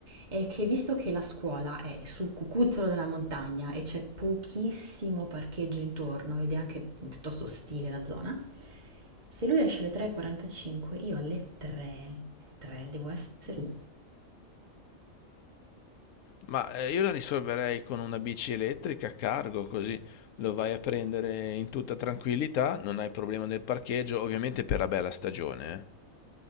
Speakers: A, on the right (about 35°); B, on the left (about 70°).
A: È che visto che la scuola è sul cucuzzolo della montagna e c'è pochissimo parcheggio intorno ed è anche piuttosto ostile la zona, se lui esce alle 3.45, io alle 3, 3 devo essere giù.
B: Ma eh, io la risolverei con una bici elettrica a cargo, così lo vai a prendere in tutta tranquillità, non hai problema del parcheggio, ovviamente per la bella stagione. eh.